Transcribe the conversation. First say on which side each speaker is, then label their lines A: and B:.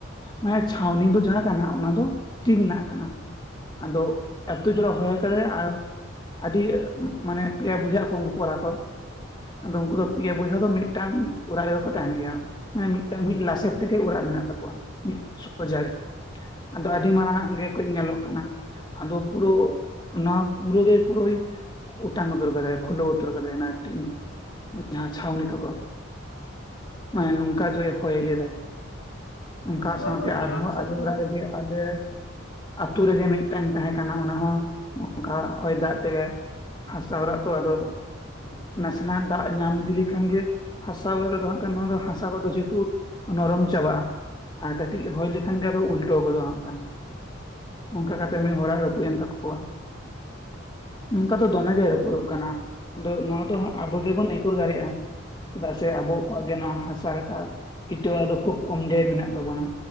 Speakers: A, on the left; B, on the left.
A: ᱢᱟᱱᱮ ᱪᱷᱟᱣᱱᱤ ᱫᱚ ᱡᱟᱦᱟᱸ ᱠᱟᱱᱟ ᱚᱱᱟ ᱫᱚ ᱴᱤᱧ ᱨᱮᱱᱟᱜ ᱠᱟᱱᱟ ᱟᱫᱚ ᱮᱛ ᱡᱳᱨᱮ ᱦᱚᱭ ᱠᱟᱫᱟᱭ ᱟᱨ ᱟᱹᱰᱤ ᱢᱟᱱᱮ ᱯᱮᱭᱟ ᱵᱚᱭᱦᱟ ᱟᱠᱟ ᱩᱱᱠᱩ ᱠᱚᱲᱟ ᱠᱚ ᱟᱫᱚ ᱩᱱᱠᱩ ᱫᱚ ᱯᱮᱭᱟ ᱵᱚᱭᱦᱟ ᱫᱚ ᱢᱤᱫᱴᱟᱝ ᱚᱲᱟᱜ ᱨᱮᱜᱮᱠᱚ ᱛᱟᱦᱮᱱ ᱜᱮᱭᱟ ᱢᱟᱱᱮ ᱢᱤᱫᱴᱟᱝ ᱢᱤᱫ ᱞᱟᱥᱮᱨ ᱛᱮᱜᱮ ᱚᱲᱟᱜ ᱢᱮᱱᱟᱜ ᱛᱟᱠᱚᱣᱟ ᱢᱤᱫ ᱥᱚᱡᱟ ᱜᱮ ᱟᱫᱚ ᱟᱹᱰᱤ ᱢᱟᱨᱟᱝᱼᱟᱜ ᱜᱮᱠᱚ ᱧᱮᱞᱚᱜ ᱠᱟᱱᱟ ᱟᱫᱚ ᱯᱩᱨᱳ ᱚᱱᱟ ᱯᱩᱨᱟᱹᱜᱮ ᱯᱩᱨᱟᱹᱭ ᱚᱴᱟᱝ ᱩᱛᱟᱹᱨ ᱠᱟᱫᱟᱭ ᱠᱷᱩᱞᱟᱹᱣ ᱩᱛᱟᱹᱨ ᱠᱟᱫᱟᱭ ᱚᱱᱟ ᱴᱤᱧ ᱡᱟᱦᱟᱸ ᱪᱷᱟᱣᱱᱤ ᱠᱚᱫᱚ ᱢᱟᱱᱮ ᱱᱚᱝᱠᱟ ᱡᱚᱭᱮ ᱦᱚᱭ ᱞᱮᱫᱟᱭ ᱱᱚᱝᱠᱟ
B: ᱦᱳᱭ
A: ᱥᱟᱶᱛᱮ
B: ᱜᱚᱢᱠᱮ
A: ᱟᱨᱦᱚᱸ
B: ᱥᱮᱫ
A: ᱟᱞᱮ
B: ᱦᱚᱸ
A: ᱚᱲᱟᱜ ᱨᱮᱜᱮ ᱟᱞᱮ ᱟᱛᱩ ᱨᱮᱜᱮ ᱢᱤᱫᱴᱟᱝ ᱛᱟᱦᱮᱸ ᱠᱟᱱᱟ ᱚᱱᱟᱦᱚᱸ ᱱᱚᱝᱠᱟ ᱦᱚᱭ ᱫᱟᱜ ᱛᱮᱜᱮ ᱦᱟᱥᱟ ᱚᱬᱟᱜ ᱛᱚ ᱟᱫᱚ ᱱᱟᱥᱮᱱᱟᱜ ᱫᱟᱜ ᱧᱟᱢ ᱤᱫᱤ ᱞᱮᱠᱷᱟᱱ ᱜᱮ ᱦᱟᱥᱟ ᱚᱲᱟᱜ ᱨᱮᱫᱚ ᱦᱟᱸᱜ ᱠᱷᱟᱱ ᱱᱚᱣᱟ ᱫᱚ ᱦᱟᱥᱟ ᱠᱚᱫᱚ ᱡᱮᱦᱩᱛᱩ ᱱᱚᱨᱚᱢ ᱪᱟᱵᱟᱜᱼᱟ ᱟᱨ ᱠᱟᱹᱴᱤᱡ ᱦᱚᱭ ᱞᱮᱠᱷᱟᱱ ᱜᱮ ᱟᱫᱚ ᱩᱞᱴᱟᱹᱣ ᱜᱚᱫᱚᱜᱼᱟ ᱦᱟᱸᱠᱷᱟᱱ ᱱᱚᱝᱠᱟ ᱠᱟᱛᱮᱜ ᱢᱤᱫ ᱦᱚᱲᱟᱜ ᱨᱟᱹᱯᱩᱫ ᱮᱱ ᱛᱟᱠᱚᱣᱟ ᱱᱚᱝᱠᱟ ᱫᱚ ᱫᱚᱢᱮᱜᱮ ᱨᱟᱹᱯᱩᱫᱚᱜ ᱠᱟᱱᱟ ᱟᱫᱚ ᱱᱚᱣᱟ ᱫᱚ ᱟᱵᱚ ᱜᱮᱵᱚᱱ ᱟᱹᱭᱠᱟᱹᱣ ᱫᱟᱲᱮᱭᱟᱜᱼᱟ ᱪᱮᱫᱟᱜ ᱥᱮ ᱟᱵᱚ ᱠᱚᱣᱟᱜ ᱜᱮ ᱱᱚᱣᱟ ᱦᱟᱥᱟ ᱞᱮᱠᱟ ᱤᱴᱟᱹ ᱫᱚ ᱠᱷᱩᱵ ᱠᱚᱢ ᱜᱮ ᱢᱮᱱᱟᱜ ᱛᱟᱵᱚᱱᱟ